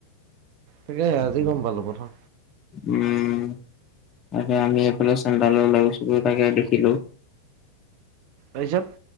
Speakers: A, on the right; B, on the left.
A: তাকে আজি গম পালো প্ৰথম।
B: উম। তাকে আমি এইফালে চেণ্টালৰ লৈ গৈছিলো তাকে দেখিলো।
A: তাৰিছত।